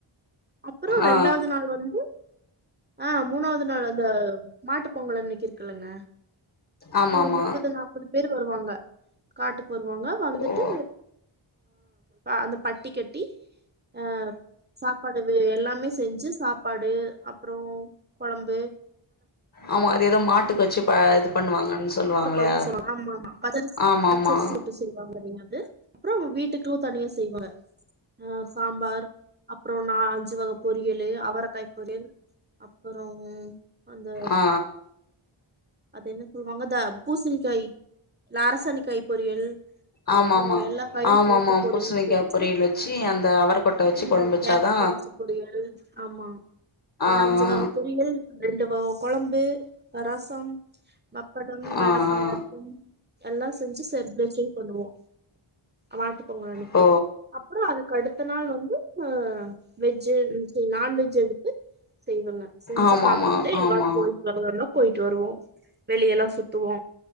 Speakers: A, on the right (about 20°); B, on the left (about 40°).
A: அப்றோ
B: ஆ ஆ
A: ரெண்டாவது நாளு வந்து ஆ மூணாவது நாள் அந்த மாட்டு பொங்கல் அன்னைக் இருக்கலங்க
B: ஆமா
A: ஒரு
B: ஆமா
A: முப்பது நாப்பது பேர் வருவாங்க காட்டுக்கு வருவாங்க வந்துட்டு
B: ஓ
A: ஆ அந்த பட்டி கட்டி ஆ சாப்பாடு எல்லாமே செஞ்சு சாப்பாடு அப்றோ குழம்பு
B: ஆமா அது ஏதோ மாட்டுக்கு வச்சு இது பண்ணுவாங்கன்னு சொல்லுவாங்களையா
A: வத்த கொழம்பு சொல்லுவாங்க ஆமா ஆமா பச்சரிசி
B: ஆமா
A: பச்சரிசி
B: ஆமா
A: போட்டு செய்வாங் வாங்க நின்னது அப்றோ வீட்டுக்கு தனியா செய்வாங்க ஆ சாம்பார் அப்றோ நா அஞ்சு வகப் பொரியலு அவரைக்காய் பொரியல் அப்றோ அந்த
B: ஆ ஆ
A: அது என்ன சொல்லுவாங்க இத பூசணிக்காய் இல்ல அரசணிக்காய் பொரியல்
B: ஆமா
A: அப்றோ
B: ஆமா
A: எல்லா காய்யு
B: ஆமா
A: போட்டு
B: ஆமா
A: பொறியல்
B: பூசணிக்கா
A: செஞ்சி
B: பொரியல் வச்சு அந்த அவரக்கொட்ட வச்சு
A: ம்
B: கொழம்பு வச்சாதா
A: கேரட் பீன்ஸ் பொரியல் ஆமா ஒரு
B: ஆ ஆ
A: அஞ்சு வகை பொரியல் ரெண்டு வக குழம்பு ரசம் மப்படம் வட
B: ஆ
A: பாயசம்
B: ஆ
A: எல்லா செஞ்சு செல்பரேஷன் பண்ணுவோ மாட்டு பொங்கல் அனைக்கி
B: ஓ
A: அப்றோ அதுக்கு அடுத்த நாள் வந்து வெஜ்ஜு நான்வெஜ்ஜு எடுத்து செய்வங்க செஞ்சு
B: ஆமாமா
A: சாப்புட்டு எங்க
B: ஆமா
A: போயிட்டு வர்றனா போயிட்டு வருவோ வெளியலா சுத்துவோ